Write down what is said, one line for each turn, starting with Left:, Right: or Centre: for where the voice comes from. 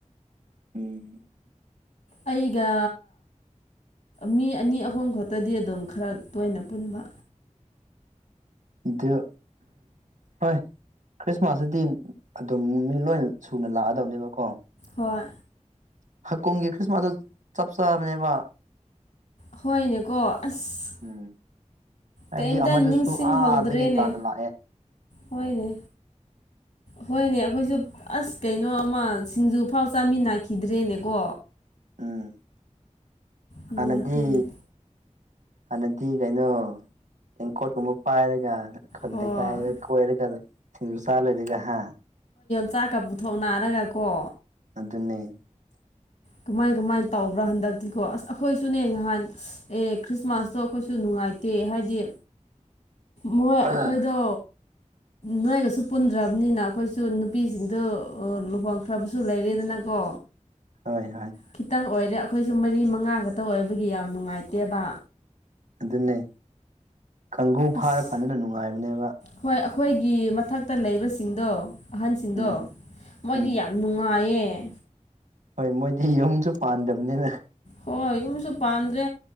Right: ꯎꯝ
Left: ꯑꯩꯒ ꯃꯤ ꯑꯅꯤ ꯑꯍꯨꯝ ꯈꯛꯇꯗꯤ ꯑꯗꯨꯝ ꯈꯔ ꯇꯣꯏꯅ ꯄꯨꯟꯕ
Right: ꯑꯗꯨꯣ ꯍ ꯈ꯭ꯔꯤꯁꯃꯥꯁꯁꯤꯗꯤ ꯑꯗꯨꯝ ꯃꯤ ꯂꯣꯏ ꯁꯨꯅ ꯂꯥꯛꯑꯗꯕꯅꯦꯕꯀꯣ
Left: ꯍꯣꯏ
Right: ꯍꯀꯣꯒꯤ ꯈ꯭ꯔꯤꯁꯃꯥꯁ ꯑꯗꯨ ꯆꯞ ꯆꯥꯕꯅꯦꯕ
Left: ꯍꯣꯏꯅꯦꯀꯣ ꯑꯁ
Right: ꯎꯝ ꯍꯥꯏꯕꯗꯤ
Left: ꯀꯩꯝꯇ
Right: ꯑꯃꯗꯨꯁꯨ
Left: ꯅꯤꯡꯁꯤꯡꯍꯧꯗ꯭ꯔꯦꯅꯦ
Right: ꯑꯥꯗꯒꯤ ꯇꯥꯅ ꯂꯥꯛꯑꯦ
Left: ꯍꯣꯏꯅꯦ ꯍꯣꯏꯅꯦ ꯑꯩꯈꯣꯏꯁꯨ ꯑꯁ ꯀꯩꯅꯣ ꯑꯃ ꯁꯤꯡꯖꯨ ꯐꯥꯎ ꯆꯥꯃꯤꯟꯅꯈꯤꯗ꯭ꯔꯦꯅꯦꯀꯣ
Right: ꯎꯝ
Left: ꯅꯨꯡꯉꯥꯏꯇꯦꯅꯦ
Right: ꯍꯅꯗꯤ ꯍꯥꯟꯅꯗꯤ ꯀꯩꯅꯣ ꯇꯦꯡꯀꯣꯠꯀꯨꯝꯕ ꯄꯥꯏꯔꯒ ꯈꯟꯂꯒ
Left: ꯍꯣꯏ
Right: ꯀꯣꯏꯔꯒ ꯊꯖ ꯆꯥ ꯂꯩꯔꯒ ꯍꯥ
Left: ꯆꯥꯛꯀ ꯄꯨꯊꯣꯛ ꯅꯥꯔꯒꯀꯣ
Right: ꯑꯗꯨ ꯑꯗꯨꯟꯅꯅꯦ
Left: ꯀꯃꯥꯏ ꯀꯃꯥꯏ ꯇꯧꯕ꯭ꯔꯥ ꯍꯟꯗꯛꯇꯤꯀꯣ ꯑꯁ ꯑꯩꯈꯣꯏꯁꯨꯅꯦ ꯅꯍꯥꯟ ꯑꯦ ꯈ꯭ꯔꯤꯁꯃꯥꯁꯇꯣ ꯑꯩꯈꯣꯏꯁꯨ ꯅꯨꯡꯉꯥꯏ ꯅꯨꯡꯉꯥꯏꯇꯦ ꯍꯥꯏꯗꯤ ꯃꯣꯏ
Right: ꯍꯣꯏ
Left: ꯑꯩꯈꯣꯏꯗꯣ ꯅꯣꯏꯒꯁꯨ ꯄꯨꯟꯗ꯭ꯔꯕꯅꯤꯅ ꯑꯩꯈꯣꯏꯁꯨ ꯅꯨꯄꯤꯁꯤꯡꯗ ꯂꯨꯍꯣꯡ ꯈ꯭ꯔꯕꯁꯨ ꯂꯩꯔꯦꯗꯅꯀꯣ
Right: ꯍꯣꯏ ꯍꯣꯏ
Left: ꯈꯤꯇꯪ ꯑꯣꯏꯔꯦ ꯑꯩꯈꯣꯏꯁꯨ ꯃꯔꯤ ꯃꯉꯥ ꯈꯛꯇ ꯑꯣꯏꯕꯒꯤ ꯌꯥꯝ ꯅꯨꯡꯉꯥꯏꯇꯦꯕ
Right: ꯑꯗꯨꯅꯦ ꯀꯥꯡꯒꯨ ꯐꯥꯔꯀꯥꯟꯗꯅ
Left: ꯑꯁ
Right: ꯅꯨꯡꯉꯥꯏꯕꯅꯦꯕ
Left: ꯍꯣꯏ ꯑꯩꯈꯣꯏꯒꯤ ꯃꯊꯛꯇ ꯂꯩꯕꯁꯤꯡꯗꯣ ꯑꯍꯟꯁꯤꯡꯗꯣ
Right: ꯎꯝ
Left: ꯃꯣꯏꯗꯤ
Right: ꯎꯝ
Left: ꯌꯥꯝ ꯅꯨꯡꯉꯥꯏꯌꯦ ꯍꯦ
Right: ꯍꯣꯏ ꯃꯣꯏꯗꯤ ꯌꯨꯝꯁꯨ ꯄꯥꯟꯗꯕꯅꯤꯅ
Left: ꯍꯣꯏ ꯌꯨꯝꯁꯨ ꯄꯥꯟꯗ꯭ꯔꯦ